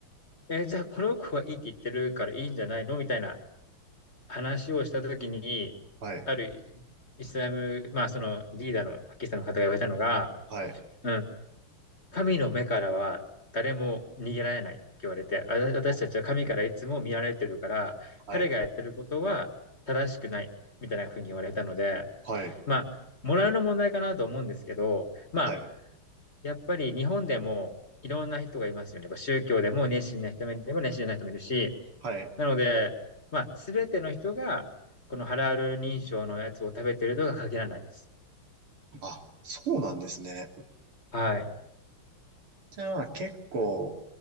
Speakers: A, on the left; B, on the right.
A: え、じゃあこの子はいいって言ってるからいいんじゃないのみたいな話をしたときに、
B: はい。
A: あるイスラム、まあそのリーダーのパキスタンの方が言われたのが、
B: はい。
A: うん、神の目からは誰も逃げられないって言われて、あ私たちは神からいつも見られてるから、
B: あはい。
A: 彼がやってることは正しくないみたいなふうに言われたので、
B: はい。
A: まあ、モラルの問題かなと思うんですけど、ま
B: はい。
A: やっぱり日本でもいろんな人がいますよね。やっぱ宗教でも熱心な人もいれば熱心じゃない人もいるし、
B: はい。
A: なので、まあ、すべての人が、このハラール認証のやつを食べてるとは限らないです。
B: あ、そうなんですね。
A: はい。
B: じゃあ結構